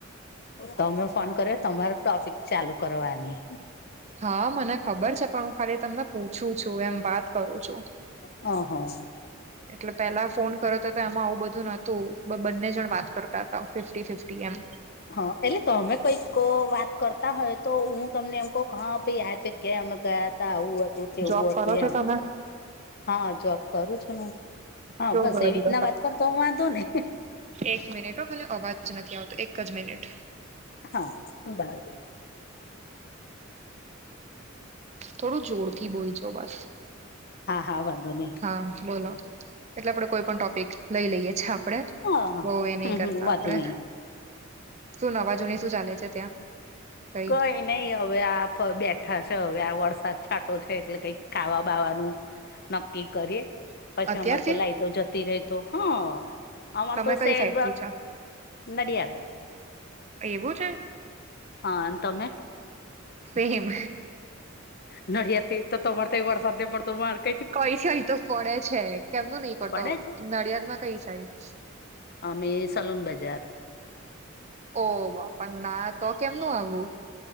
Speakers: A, on the left; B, on the right.
A: તોમે ફોન કર્યો તમારે ટ્રોફિક ચાલુ કરવાની.
B: હા મને ખબર છે પણ હું ખાલી તમને પૂછું છું એમ વાત કરું છું.
A: હ હા.
B: એટલે પેલા ફોન કરતો હતા એમાં આવું બધું ન- - તો બંને જણ વાત કરતા હતા ફિફ્ટી ફિફ્ટી એમ.
A: હા એટલે તમે કઈક વાત કરતા હોય તો હું તમને એમ કહ હા ભ યાદ- - ગ્યામ ગયા હતા આવું હતું તેવું
B: જોબ
A: હતું
B: કરો છો
A: એમ.
B: તમે
A: હા જોબ કરું છું ન હા
B: કેવો
A: બસ
B: ગયો
A: એવી રીતના
B: દિવસ
A: વાત કરતો હું વાંધો નહી.
B: એક મિનિટ હો ખાલી અવાજ નથી આવતો એક જ મિનિટ.
A: હા બાર.
B: થોડું જોરથી બોલજો બસ
A: હા હા વાંધો નહી
B: હા બોલો? એટલે આપડે કોઈ પણ ટોપિક લઈ લઈએ આપડે
A: હા હા
B: બહ એ નહી
A: હમ
B: કરતા
A: હમ
B: આપડે.
A: વાંધો નહી
B: શું નવાજૂની શું ચાલે છે ત્યાં? કઈ
A: કોઈ ન. નહી હવે આ બેઠા છે હવે આ વરસાદ છાંટો છે એટલે કઈક ખાવા બાવાનું. નક્કી કરીએ પછી
B: અત્યારથી
A: અમાર તો લાાઈટો જતી ર તો હા. અર
B: તમે
A: તો
B: કઈ
A: સજ
B: સાઈડ થી છો
A: નડિયાદ.
B: એવું છે.
A: હા તમે?
B: સેમ.
A: નડિયાતી તો તમાર તો એ વરસા દે બર્તમાંર- -
B: કઈ છેય તો પડે છે કેમનું નહીિ પડતો
A: પડે છે
B: નડિયાદમાં કઈ સાઈડ?
A: અમે સલુન બજાર.
B: ઓહ બાપા ના તો કેમનું આવું?